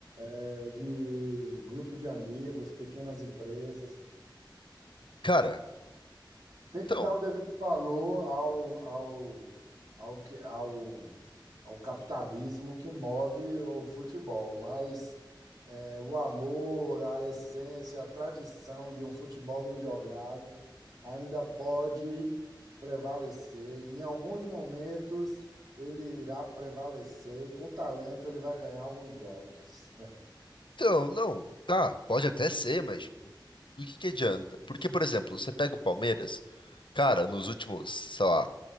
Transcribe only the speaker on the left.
Cara,
então,
Então, não, tá, pode até ser, mas tipo, do que que adianta? Porque, por exemplo, você pega o Palmeiras, cara, nos últimos, sei lá,